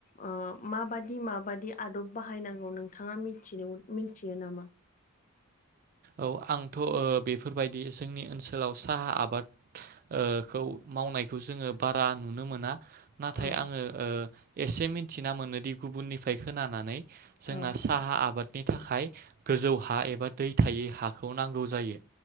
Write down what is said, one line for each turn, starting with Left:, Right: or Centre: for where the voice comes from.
Left: ओ माबादि माबादि आदब बाहायनांगौ नोंथांङा मिथिनो मिथियो नामा? <inaudible>
Right: औ आंथ' ओ बेफोरबायदि जोंनि ओनसोलाव साहा आबाद ओ खौ मावन नाय खौ जोंङो बारा नुनो मोना। नाथाय
Left: औ
Right: आंङो ओ एसे मिथिना मोनोदि गुबुननिफ्राय खोनानानै जोंना
Left: औ
Right: साहा आबादनि थाखाय गोजौ हा एबा दै थायै हाखौ नांगौ जायो